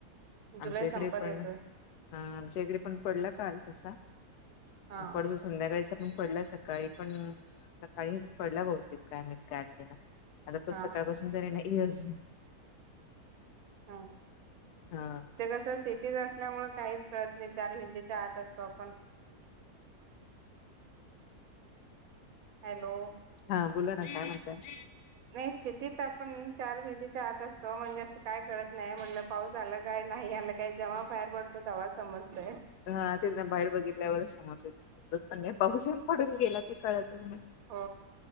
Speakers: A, on the left; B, on the right.
A: आमच्या
B: जुलै संपत
A: इकडे पण
B: येतोय
A: हा आमच्या इकडे पण पडला काल तसा
B: हा
A: पड संध्या वेळेचा पण पडला सकाळी पण सकाळी पडला बहुतेक कायमतकाय आठ वला आता पुत
B: हा
A: सकाळपासून जरा नाज
B: हा
A: हा
B: कसं सिटीच असल्यामुळे काहीच कळत नाही चार हिंदीच्या आत असतो आपण हॅलो
A: हा बोला ना काय म्हणत
B: ह नाही सिटीत आपण चार भेंदतीच्या आत असतो म्हणजे असं काय घडत नाही म्हटलं पाऊस आला काय नाही आलं काही जमा बाहेर पडतो तर आवज समजतय
A: हा तेचना बाहेर बघितल्यावरच समज येत द पण पाऊस येऊन पडून गेला ते कळत नाही
B: हो